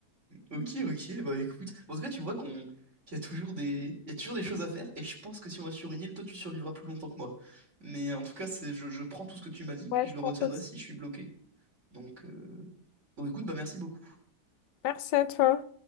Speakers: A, on the right (about 45°); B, on the left (about 85°).
A: Ok, ok, bah écoute. En tout cas, tu vois qu'on qu'il y a toujours des... il y a toujours des choses à faire, et je pense que si on va sur une île, toi tu survivras plus longtemps que moi. Mais en tout cas, c'est je, je prends tout ce que tu m'as dit, puis
B: Ouais,
A: je
B: je
A: le
B: pense
A: retiendrai
B: aussi.
A: si je suis bloqué. Donc, euh, donc écoute, bah merci beaucoup.
B: Merci à toi.